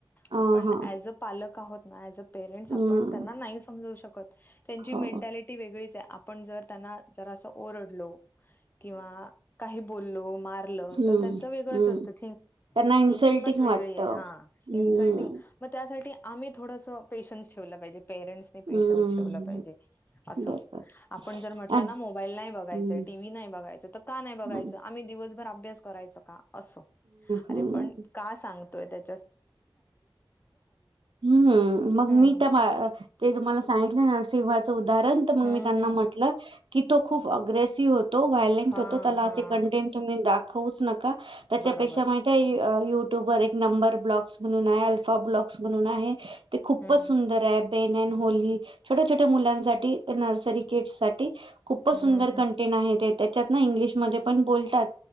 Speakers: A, on the right; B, on the left.
A: अ
B: आपण
A: हा
B: आज अ पालक आहोत ना आजप पेरेंट्स
A: हम्म
B: आपण त्यांना नाही समजवू शकत त्यांची
A: हो
B: मेंटॅलिटी वेगळीच आहे आपण जर त्यांना जरास ओरडलो किंवा काही बो मारलं
A: हम्म
B: तर त्यांचं वेगळंच
A: हम्म
B: असतं थिंक
A: त्यांना इन्सल्टिंग
B: थिंकिंगच वेगळी
A: वाटत
B: आहे
A: हम्म
B: हा इन्सल्टिंग मग त्यासाठी आम्ही थोडं पेशन् ठेवल पाहिजे पेरंट्स पेशन्स
A: हम्म
B: ठेवलं पाहिजे असं
A: बर बर.
B: आपण जर म्हट
A: अ
B: ना मोबाईल नाही बघायच
A: हम्म
B: टीव्ही नाही बघायच का नाही ब बघायचं
A: हम्म
B: आम्ही दिवसभर अभ्यास करायचं का असं अरे
A: हम्म.
B: पण का सांगतोय ते
A: हम्म मग
B: हं.
A: मी त्या ते तुम्हाला सांगितले ना सिंहाच उदाहरण मग
B: हं,
A: मी त्यांना
B: हं.
A: म्हटलं की तो खूप अ्ग्रेसिव व्हालेंट
B: हां,
A: होतो त्या
B: हां.
A: अस कंटेंट तुम्ही दाखवूच नका त्याच्यापेक्षा
B: बरोबर.
A: माहि युट्यूब वर एक नंबर ब्लॉग्स म्हणून आहे अल्फा ब्लॉग्स म्हणून आहे ते खूपच
B: हं,
A: सुंदर आहेत बेनन होली छोट्या छोट्या मुलांसाठी नर्सरी किडस साठी खूपच
B: हं,
A: सुंदर
B: हं.
A: कंटेंन आहे ते त्याच्यात ना इंग्लिशमध्ये पण बोलतात